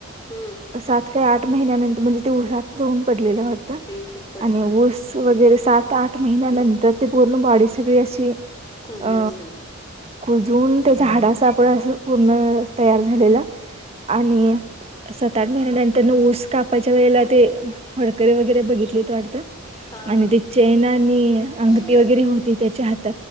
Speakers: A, on the left (about 15°); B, on the right (about 30°).
A: हम्म
B: सात काही आठ महिन्यानंतर म्हणजे ते ऊसात जाऊन पडलेलं वाटतं
A: आई शपथ
B: आणि ऊस वगैरे सात आठ महिन्यानंतर ते पूर्ण बॉडी सगळी अशी
A: कुजली
B: अ
A: असतील
B: कुजून त्या झाडा सा आपड असं पूर्ण तयार झालेलं आणि सात आठ महिन्या नंतर न ऊस कापाच्या वेळेला ते फडकरीे वगैरे बघितलेत वाटतं.
A: हा
B: आणि
A: हा
B: ते चैन आणि अंगठी
A: हा
B: वगैरे होती त्याच्या हात.